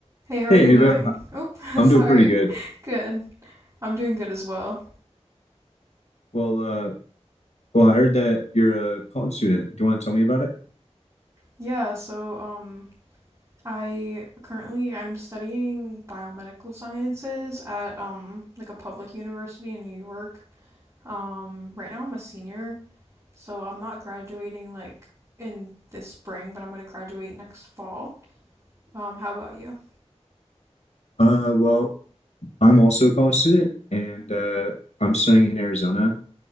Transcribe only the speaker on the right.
Hey, how are
you doing?
Oh,
<laughs> sorry.
<laughs> Good. I'm doing good as well.
Yeah, so um I currently I'm studying biomedical sciences at um like a public university in New York. Um right now I'm a senior, so I'm not graduating like in this spring, but I'm going to graduate next fall. Um how about you?